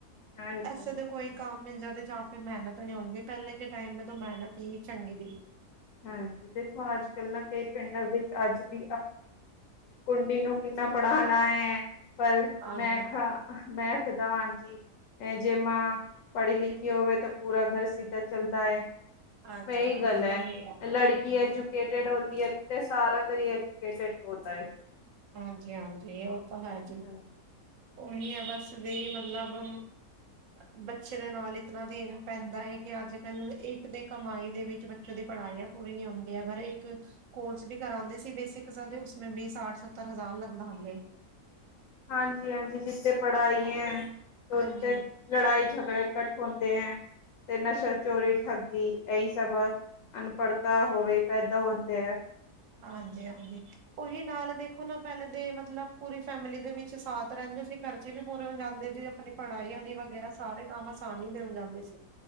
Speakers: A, on the left; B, on the right.
A: ਹਾਂਜੀ
B: ਐਸੇ
A: ਹਾਂਜੀ
B: ਦੇ ਕੋਈ ਕੰਮ ਮਿਲ ਜਾਂਦੇ ਜਾਂ। ਫੇਰ ਮਿਹਨਤ ਨੀ ਹੋੰਦੀ ਪੈਲੇ ਕੇ ਟੈਮ ਮਿਹਨਤ ਹੀ ਚੰਗੀ ਦੀ।
A: ਹਂਜੀ, ਦੇਖੋ ਅੱਜ ਕੱਲ ਨਾ ਕਈ ਪਿੰਡਾਂ ਵਿੱਚ ਅੱਜ ਵੀ ਕੁੰਡੀ ਨੂੰ ਕਿੰਨਾ ਪੜਾਨਾ ਹੈ। ਪਰ
B: ਹਾਂਜੀ
A: ਮੈਂ ਮੈਂ ਖਦਾ ਹਾਂਜੀ, ਐ ਜੇਮਾ ਪੜੀ ਲਿਖੀ ਹੋਵੇ ਤਾਂ ਪੂਰਾ ਘਰ ਸਿੱਧਾ ਚਲਦੈ।
B: ਹਾਂਜੀ
A: ਮੇਈ
B: ਹਾਂਜੀ
A: ਗੱਲ ਐ।
B: ਉਹੀ ਹੈ
A: ਲੜਕੀ ਐਜੂਕੇਟਿਡ ਹੋੰਦੀ ਐ ਤੇ ਸਾਰਾ ਘਰ ਐਜੂਕੇਟਡ ਹੋੰਦਾ ਐ।
B: ਹਂਜੀ, ਹਂਜੀ ਔ ਤਾਂ ਹੈ ਜੀ
A: ਹਾਂਜੀ
B: ਔਹੀ ਹੈ ਬਸ। ਦੀ ਮਤਲਬ ਬੱਚੇ ਦੇ ਨਾਲ ਇਤਨਾ ਦੇਨ ਪੈਂਦਾ ਐ। ਕਿ ਅੱਜਕੱਲ ਇੱਕ ਦੇ ਕਮਾਈ ਦੇ ਵਿੱਚ ਬੱਚੋਂ ਦੀ ਪੜਾਈਆਂ ਪੂਰੀ ਨੀ ਹੁੰਦੀਆਂ। ਅਗਰ ਇੱਕ ਕੋਰਸ ਵੀ ਕਰਾਉਂਦੇ ਸੀ। ਬੇਸਿਕ ਉਸ ਮੇਂ ਭੀ ਸਠ ਸੱਤਰ ਹਜ਼ਾਰ ਲੱਗਦਾ ਹੁੰਦੇ।
A: ਹਂਜੀ, ਹਂਜੀ ਜਿੱਥੇ ਪੜਾਇਆਂਐ।
B: ਹਾਂਜੀ
A: ਔਥੇ ਲੜਾਈ ਝਗੜੇ ਕੱਠ ਹੁੰਦੇ ਐਂ। ਤੇ ਨਸ਼ਾ ਚੋਰੀ ਠੱਗੀ ਏਹੀ ਸਭ ਅਨਪੜਤਾ ਹੋਵੇ ਪੈਦਾ ਹੁੰਦੇ ਐ।
B: ਹਂਜੀ, ਹਂਜੀ ਔਹੀ ਨਾਲ ਦੇਖੋ ਨਾ ਪੈਲੇ ਤੇ ਮਤਲਬ ਪੂਰੀ ਫੈਮਿਲੀ ਦੇ ਵਿੱਚ ਸਾਥ ਰੈਂਦੇ ਸੀ। ਖਰਚੇ ਵੀ ਪੂਰੇ ਹੋ ਜਾਂਦੇ ਸੀ। ਅਪਨੀ ਪੜਾਈਆਂ ਦੀ ਵਗੈਰਾ ਸਾਰੇ ਕੰਮ ਨ ਦੇਨ ਜਾਂਦੇ ਸੀ।